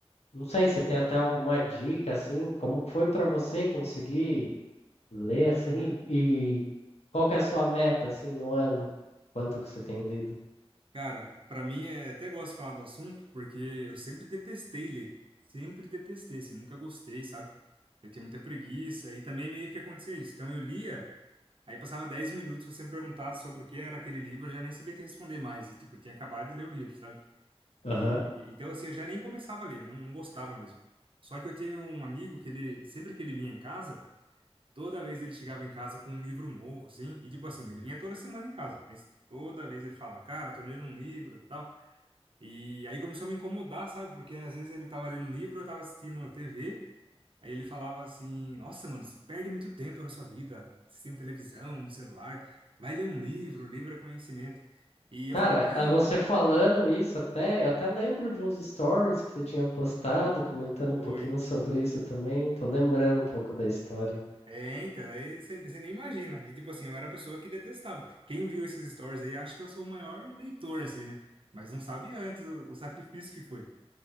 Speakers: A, on the left; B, on the right.
A: não sei se tem até alguma dica assim, como que foi para você conseguir ler
B: Uhum.
A: assim e, e qual que é a sua meta assim no ano? Quanto que você tem lido?
B: Cara, pra mim é até gosto de falar do assunto, porque eu sempre detestei ler. Sempre detestei, assim, nunca gostei, sabe? Eu tinha muita preguiça e também meio que acontecia isso. Então eu lia, aí passava dez minutos, se você me perguntasse sobre o que era aquele livro, eu já nem sabia te responder mais. E tipo, eu tinha acabado de ler o livro, sabe?
A: Aham.
B: E então assim, eu já nem começava a ler, não, não gostava mesmo. Só que eu tinha um amigo que ele sempre que ele vinha em casa, toda vez ele chegava em casa com um livro novo, assim, e tipo assim, ele vinha toda semana em casa, mas toda vez ele falava, cara, tô lendo um livro, e tal. E aí começou a me incomodar, sabe? Porque às vezes ele tava lendo um livro, eu tava assistindo na TV, aí ele falava assim: "Nossa, mano, você perde muito tempo na sua vida assistindo televisão, no celular. Vai ler um livro, livro é conhecimento". E
A: Cara,
B: eu falava: "Não,
A: a você
B: não
A: falando isso até, eu até lembro de uns stories que você tinha postado, comentando
B: foi.
A: um pouquinho sobre isso também. Tô lembrando um pouco da história. hein?
B: É, então, aí você você nem imagina. E tipo assim, eu era a pessoa que detestava. Quem viu esses stories aí acha que eu sou o maior leitor, assim, né? Mas não sabe antes o, o sacrifício que foi.